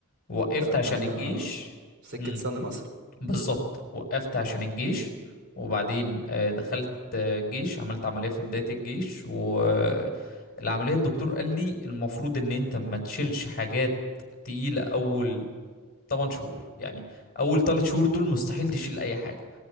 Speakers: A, on the left; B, on the right.
A: وقفت
B: ده الكلام
A: عشان الجيش
B: ده سكة
A: مم.
B: سنة مثلا
A: بالظبط وقفت عشان الجيش وبعدين آه دخلت آه، الجيش عملت عمليه في بدايه الجيش والعمليه الدكتور قال لي المفروض ان انت ما تشيلش حاجات تقيله اول 8 شهور يعني اول 3 شهور دول مستحيل تشيل اي حاجه